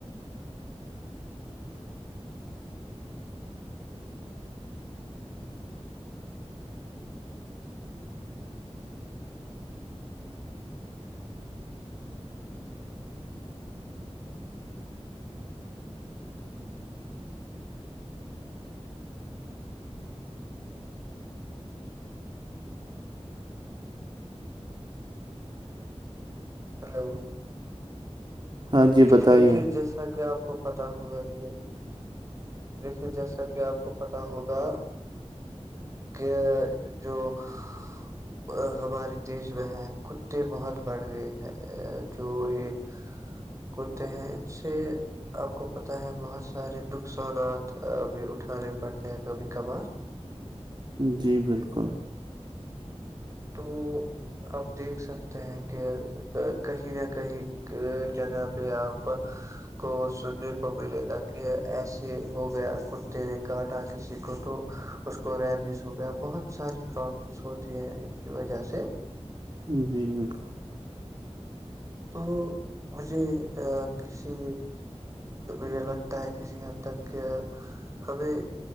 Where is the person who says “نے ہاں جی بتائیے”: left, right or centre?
Right